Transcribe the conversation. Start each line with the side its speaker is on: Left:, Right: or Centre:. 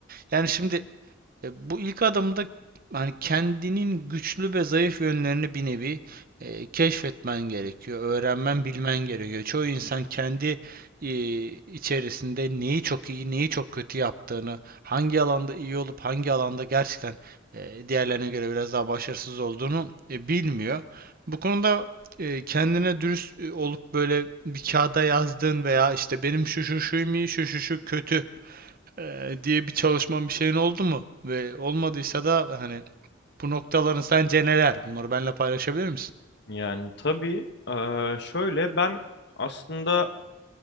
Right: Yani şimdi e, Bu ilk adımda hani kendinin güçlü ve zayıf yönlerini bir nevi e, keşfetmen gerekiyor, öğrenmen, bilmen gerekiyor. Çoğu insan kendi e, içerisinde neyi çok iyi, neyi çok kötü yaptığını, hangi alanda iyi olup hangi alanda gerçekten e, diğerlerine göre biraz daha başarısız olduğunu e, bilmiyor. Bu konuda e, kendine dürüst e, olup böyle bir kağıda yazdığın veya işte benim şu şu şu iyi, şu şu şu kötü e, diye bir çalışman bir şeyin oldu mu? Ve olmadıysa da hani bu noktaların sence neler? Bunları benimle paylaşabilir misin?
Left: Yani tabii eee, şöyle ben aslında